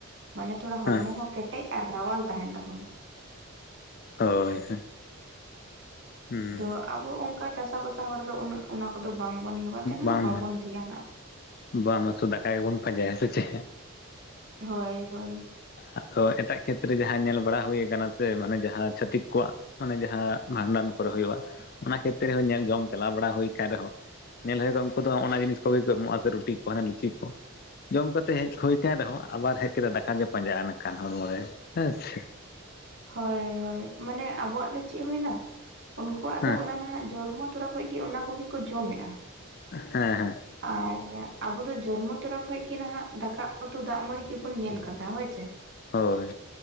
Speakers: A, on the right; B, on the left.
A: ᱢᱟᱱᱮ ᱛᱷᱚᱲᱟ ᱦᱚᱲᱢᱚ
B: ᱦᱮᱸ
A: ᱦᱚᱸ ᱠᱮᱴᱮᱡ ᱟᱨ ᱨᱟᱣᱟᱞ ᱛᱟᱦᱮᱱ ᱛᱟᱵᱚᱱᱟ᱾ <inaudible>
B: ᱦᱳᱭ ᱦᱩᱸ
A: ᱟᱫᱚ ᱟᱵᱚ ᱚᱱᱠᱟ ᱪᱟᱥᱟ ᱵᱟᱥᱟ ᱦᱚᱲ ᱫᱚ ᱩᱱᱟᱹᱜ ᱚᱱᱟ ᱠᱚᱫᱚ ᱵᱟᱝᱵᱚᱱ ᱦᱮᱣᱟ ᱛᱮ ᱱᱟᱦᱟᱜ
B: ᱵᱟᱝ
A: ᱵᱟᱵᱚᱱ ᱫᱷᱮᱭᱟᱱᱟᱜ-ᱟ᱾
B: ᱵᱟᱝ ᱢᱟᱥᱩ ᱫᱟᱠᱟ ᱜᱮᱵᱚᱱ ᱯᱟᱸᱡᱟᱭ ᱥᱮ ᱪᱮ?
A: ᱦᱳᱭ ᱦᱳᱭ
B: ᱟᱫᱚ ᱮᱴᱟᱜ ᱠᱷᱮᱛᱨᱮ ᱡᱟᱦᱟᱸ ᱧᱮᱞ ᱵᱟᱲᱟ ᱦᱩᱭᱟᱠᱟᱱᱟ ᱥᱮ ᱢᱟᱱᱮ ᱡᱟᱦᱟᱸ ᱪᱷᱟᱹᱛᱤᱠ ᱠᱚᱣᱟᱜ ᱚᱱᱮ ᱡᱟᱦᱟᱸ ᱵᱷᱟᱸᱰᱟᱱ ᱠᱚᱨᱮ ᱦᱩᱭᱩᱜᱼᱟ ᱚᱱᱟ ᱠᱷᱮᱛᱨᱮ ᱨᱮᱦᱚᱸ ᱧᱮᱞ ᱡᱚᱢ ᱪᱟᱞᱟᱣ ᱵᱟᱲᱟ ᱦᱩᱭ ᱠᱟᱱ ᱨᱮᱦᱚᱸ ᱧᱮᱞ ᱦᱩᱭᱩᱜᱼᱟ ᱩᱱᱠᱩ ᱫᱚ ᱚᱱᱟ ᱡᱤᱱᱤᱥ ᱠᱚᱜᱮ ᱠᱚ ᱮᱢᱚᱜᱼᱟ ᱥᱮ ᱨᱩᱴᱤ ᱠᱚ ᱦᱟᱱᱮ ᱞᱩᱪᱤ ᱠᱚ? ᱡᱚᱢ ᱠᱟᱛᱮᱜ ᱦᱮᱡ ᱦᱩᱭ ᱠᱟᱱ ᱨᱮᱦᱚᱸ ᱟᱵᱟᱨ ᱦᱮᱡ ᱠᱟᱛᱮ ᱫᱟᱠᱟ ᱜᱮ ᱯᱟᱸᱡᱟᱜᱼᱟᱠᱷᱟᱱ ᱦᱚᱲᱢᱚ ᱨᱮ ᱦᱮᱸ ᱥᱮ᱾
A: ᱦᱳᱭ ᱦᱳᱭ ᱢᱟᱱᱮ ᱟᱵᱚᱣᱟᱜ ᱫᱚ ᱪᱮᱫ ᱦᱩᱭᱳᱱᱟ ᱩᱱᱠᱩᱣᱟᱜ
B: ᱦᱮᱸ
A: ᱫᱚ ᱚᱱᱟ ᱱᱟᱦᱟᱜ ᱡᱚᱨᱢᱚ ᱛᱚᱨᱟ ᱠᱷᱚᱡ ᱜᱮ ᱚᱱᱟ ᱠᱚᱜᱮ ᱠᱚ ᱡᱚᱢᱮᱫ
B: ᱦᱮᱸ ᱦᱮᱸ
A: ᱟᱨ ᱟᱵᱚ ᱫᱚ ᱡᱚᱱᱢᱚ ᱛᱚᱨᱟ ᱠᱷᱚᱡ ᱜᱮ ᱱᱟᱜ ᱫᱟᱠᱟ ᱩᱛᱩ ᱫᱟᱜ ᱢᱟᱹᱲᱤ ᱜᱮᱵᱚᱱ ᱧᱮᱞ ᱠᱟᱫᱟ ᱦᱳᱭᱥᱮ
B: ᱦᱳᱭ